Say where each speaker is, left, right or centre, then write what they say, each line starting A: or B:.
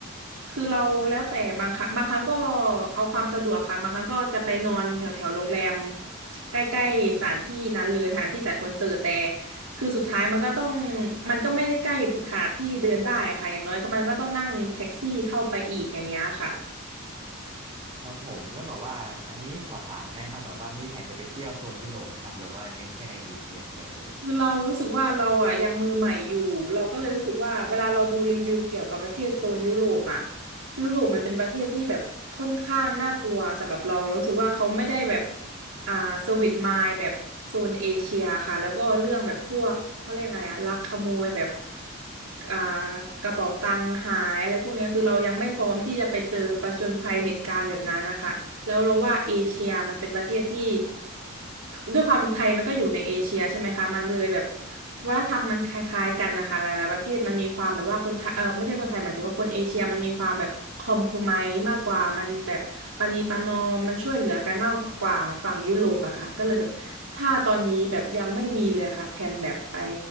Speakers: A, on the right; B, on the right.
A: คือเราแล้วแต่บางครั้งบางครั้งก็เอาความสะดวกค่ะบางครั้งก็จะไปนอนแถวแถวโรงแรมใกล้ๆสถานที่นั้นเลยสถานที่จัดคอนเสิร์ตแต่คือสุดท้ายมันก็ต้องมันก็ไม่ได้ใกล้ถึงขนาดที่เดินได้อะค่ะอย่างน้อยก็มันก็ต้องนั่งแท็กซี่เข้าไปอีกอย่างเงี้ยค่ะ
B: ครับผมแล้วแบบว่าอันนี้ขอถามได้ครับแบบว่ามีแผนจะไปเที่ยวโซนยุโรปไหมครับหรือว่าเน้นแค่ในเอเชียอย่างเดียวเลย
A: คือเรารู้สึกว่าเราอ่ะยังมือใหม่อยู่เราก็เลยรู้สึกว่าเวลาเราดูรีวิวเกี่ยวกับประเทศโซนยุโรปอ่ะยุโรปมันเป็นประเทศที่แบบค่อนข้างน่ากลัวสำหรับเราเรารู้สึกว่าเขาไม่ได้แบบอ่าสวิตมายแบบโซนเอเชียค่ะแล้วก็เรื่องแบบพวกเขาเรียกไงอ่ะลักขโมยแบบอ่ากระเป๋าตังค์หายอะไรพวกเนี้ยคือเรายังไม่พร้อมที่จะไปเจอประจญภัยเหตุการณ์แบบนั้นนะคะ แล้วเราว่าเอเชียมันเป็นประเทศที่ด้วยความไทยมันก็อยู่ในเอเชียใช่ไหมคะมันเลยแบบวัฒนธรรมมันคล้ายๆกันนะคะหลายๆประเทศมันมีความแบบว่าคนไทยเออไม่ใช่คนไทยหมายถึงว่าคนเอเชียมันมีความแบบคอมโพไมมากกว่ามันแบบปณีประนอมมันช่วยเหลือกันมากกว่าฝั่งยุโรปอะค่ะก็เลยแบบถ้าตอนนี้แบบยังไม่มีเลยค่ะแผนแบบไป